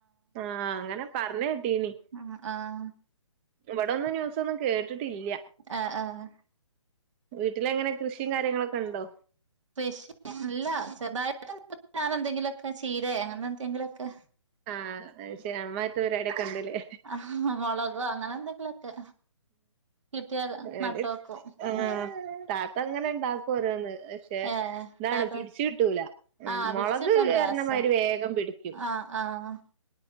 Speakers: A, on the right; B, on the right.
A: ആഹ് അങ്ങനെ പറഞ്ഞ്കേട്ടീനി
B: ഉം ആഹ്
A: ഇവിടൊന്നും ന്യൂസൊന്നും കേട്ടിട്ടില്ല
B: ആഹ് ആഹ്
A: വീട്ടിലെങ്ങനെ കൃഷിയും കാര്യങ്ങളൊക്ക്ണ്ടോ
B: കൃഷി ഇല്ല ചെറ്തായിട്ട് എന്തെങ്കിലും ഞാനെന്തെങ്കിലൊക്കെ ചീരെ അങ്ങനെന്തെങ്കിലൊക്കെ
A: ആഹ് അയ്ശെരി ആമാരിത്തെ പരിപാടിയൊക്ക്ണ്ട്ലെ
B: ആഹ് മൊളകോ അങ്ങനെ എന്തെങ്കിലൊക്കെ കിട്ടിയാ
A: ഇടെയും
B: നട്ടോക്കും
A: ആഹ്
B: ഉം
A: താത്ത ഇങ്ങന്ണ്ടാക്കു ഓരോന്ന് പക്ഷെ
B: ഏ
A: ഇതാണ്
B: താത്ത
A: പിടിച്ച്കിട്ടൂല
B: ആഹ്
A: മൊളക്
B: പിടിച്ച് കിട്ടാൻ പ്രയാസാ
A: പറഞ്ഞമാരി വേഗം പിടിക്കും
B: ആഹ് ആഹ്